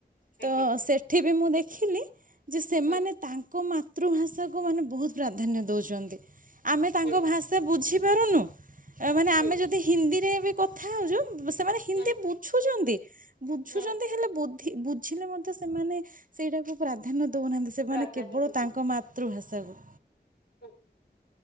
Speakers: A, on the right; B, on the left.
A: ତ
B: ଆଜ୍ଞା
A: ସେଠି ବି ମୁଁ ଦେଖି। ଦେଖିଲେ ଯେ ସେମାନେ
B: ହୁଁ
A: ତାଙ୍କ ମାତୃଭାଷାକୁ ମାନେ ବହୁତ ପ୍ରାଧାନ୍ୟ ଦେଉଛନ୍ତି। ଆମେ ତାଙ୍କ
B: ହୁଁ
A: ଭାଷା ବୁଝି ବାରନ ମାନେ
B: ହୁଁ
A: ଆମେ ଯଦି ହିନ୍ଦୀରେ କଥା ହଉଛୁ, ସେମାନେ ହିନ୍ଦୀ
B: ହୁଁ
A: ବୁଝୁଛନ୍ତି। ବୁଝୁଛନ୍ତି
B: ହୁଁ
A: ହେଲେ ବ ବୁଝିଲେ ମଧ୍ୟ ସେମାନେ ସେଇଟାକୁ ପ୍ରା ଧ୍ୟାନ ଦେଉନାହାନ୍ତି ସେମାନେ
B: ପ୍ରାଧାନ୍ୟ
A: କେବଳ
B: ଦେଉଛନ୍ତି।
A: ତାଙ୍କ ମାତୃଭାଷା ତଉ
B: ହୁଁ ହୁ